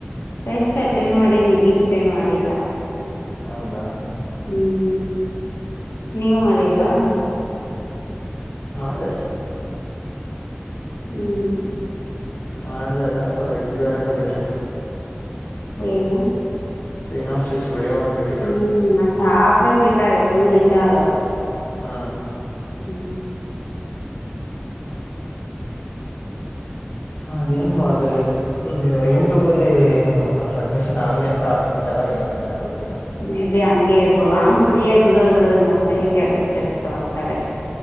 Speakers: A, on the left; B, on the left.
A: ಟೆಸ್ಟ್ ಅಟೆಂಡ್ ಮಾಡಿ ನಿಗ್ ಇಷ್ಟೇ ಮಾಡಿಲ್ಲ
B: ಹೌದಾ
A: ಹ್ಮ್ ನೀವು ಮಾಡಿಲ್ವಾ
B: ಮಾಡ್ದ
A: ಹ್ಮ್
B: ಮಾಡ್ದ ಅದ ಯಾವದ ಇದು್ ಬೇರೆ ಬಿಟ್ಟಿದ್ರಲ್ಲ
A: ಏನು
B: ಸನ್ಫಸ್ ವಿಡೋಂದ್ಬಟ್ಟು
A: ಹ್ಮ್ ಸಾಪೇ ಬಿಟ್ಟಾರೆ ಫುಲ್ ಇಲ್ಲ ಅದು
B: ಹಾ
A: ಹ್ಮ್
B: ಹಾ ಜನಂಗ ಅದೆಲ್ಲಾಕಿ ಹ್ಮ ನೀವ ಯೂಟ್ಯೂಬ್ ಅಲ್ಲಿ ಏನು ಅಡ್ಮಿಷನ್ ಆಗ್ಲಿ ಅಂತ ಹಕ್ಬಿಟ್ಟಾರ ಏನ್ ಕತೆನ ಗೊತ್ತಿಲ್ಲ
A: ಮೇ ಬಿ ಹಂಗೆ ಇರ್ಬೋದು, ಹಂಗ್ ಫ್ರೀ ಆಗಿ ಬಿಡುದಾದ್ರ ಮತ್ <unintelligible> ತಗೋಂತಾರೆ.